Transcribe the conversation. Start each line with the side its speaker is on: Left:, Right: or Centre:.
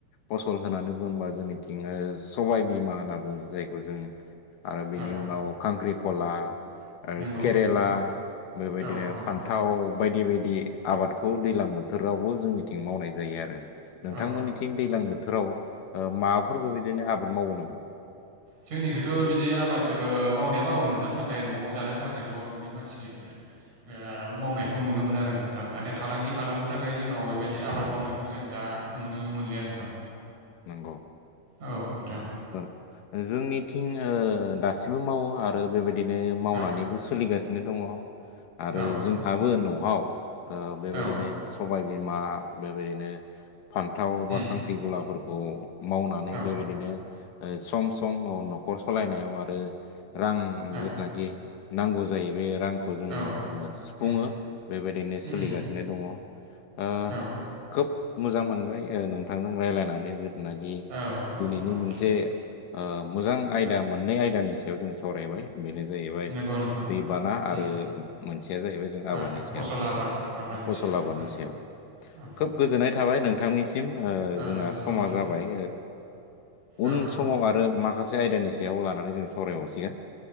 Left: फसल होननानै बुङोबा जोंनिथिं ओ सबाइ बिमा होनना बुङो। जायखौ जों आरो बेनि
Right: औ
Left: उनाव खांख्रिख'ला आरो
Right: नंगौ
Left: केरेला बेबायदिनो
Right: औ औ
Left: फान्थाव
Right: औ
Left: बायदि बायदि आबादखौ दैज्लां बोथोरावबो जोंनिथिं मावनाय जायो आरो नोंथांमोननिथिं
Right: औ
Left: दैज्लां बोथोराव माबाफोर बेबायदिनो आ <unintelligible>
Right: जोंनिखैथ' बिदि आबाद मावनाया मावो नोंथां नाथाय न'आव जानो थाखायल' न'नि मानसिफोर ओ मावनायखौ नुनो मोनो आरो नोंथां नाथाय फालांगि खालामनो थाखाय जोंनाव बेबायदि आबाद मावनायखौ जों दा नुनो मोनलिया नोंथां
Left: नोंगौ
Right: औ नोंथां।
Left: ओ जोंनिथिं दासिमबो मावो आरो बेबायदिनो मावनानैबो
Right: औ
Left: सोलिगासिनो दङ' आरो
Right: औ
Left: जोंहाबो न'आव बेबायदिनो
Right: औ
Left: सबाय बिमा बेबायदिनो फान्थाव बा
Right: उम
Left: खांख्रिख'लाफोरखौ मावनानै
Right: औ
Left: बेबायदिनो ओ सम सम न'खर सालायनायाव आरो रां
Right: औ
Left: जिथुनाखि नांगौ जायो बे रांखौ जोंङो
Right: औ उम
Left: सुफुङो
Right: उम
Left: बेबायदिनो
Right: उम
Left: सोलिगासिनो दङ' ओ
Right: औ
Left: खोब मोजां मोनबाय नोंथांजों रायज्लायनानै नाखि
Right: औ औ
Left: दिनैनि
Right: औ
Left: मोनसे मोजां आयदा मोननै आयदानि सायाव जों सावरायबाय बेनो जाहैबाय
Right: नंगौ नोंथां
Left: दैबाना आरो
Right: उम
Left: मोन जाहैबाय जों आबादनि
Right: ओ फसल
Left: सायाव
Right: आबाद आबादनि
Left: फसल
Right: सायाव
Left: आबादनि
Right: औ
Left: सायाव
Right: औ
Left: खोब गोजोननाय थाबाय नों नोंथांनिसिम
Right: औ
Left: जोंहा समा
Right: औ नोंथां
Left: जाबाय उन
Right: औ
Left: समाव
Right: औ
Left: आरो माखासे आयदानि सायाव लानानै जों सावरायहरसिगोन।